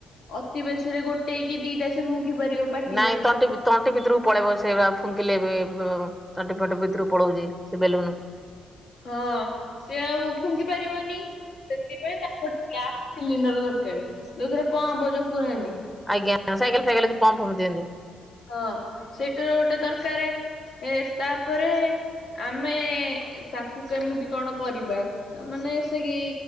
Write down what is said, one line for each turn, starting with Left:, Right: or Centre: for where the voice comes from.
Left: ଅତି ବେଶୀରେ ଗୋଟେ କି ଦିଟା ସେ ଫୁଙ୍କି ପାରିବ ପାଟିରେ
Centre: ନାଇଁ ତଣ୍ଟି ବି ତଣ୍ଟି ଭିତରକୁ ପଳେଇବ ସେ ବା ଫୁଙ୍କିଲେ ବେ-ବ-ତଣ୍ଟି ଫଣ୍ଟି ଭିତରୁକୁ ପଳଉଚି ସେ ବେଲୁନୁ।
Left: ହଁ ସେ ଆଉ ଫୁଙ୍କି ପାରିବନି। ସେଥିପାଇଁ ତାକୁ ଗୋଟେ ଗ୍ୟାସ୍ ସିଲିଣ୍ଡର ଦରକାରେ ଯଉଥିରେ ପମ୍ପ ଯଉ ପୁରାନ୍ତି।
Centre: ଆଜ୍ଞା ସାଇକେଲ୍ ଫାଇକେଲ୍ ରେ ଯଉ ପମ୍ପ ଫମ୍ପ ଦିଅନ୍ତି।
Left: ହଁ ସେଇଟା ର ଗୋଟେ ଦରକାରେ ଏ ତାପରେ ଆମେ ତାକୁ କେମିତି କଣ କରିବା ମାନେ ସେ କି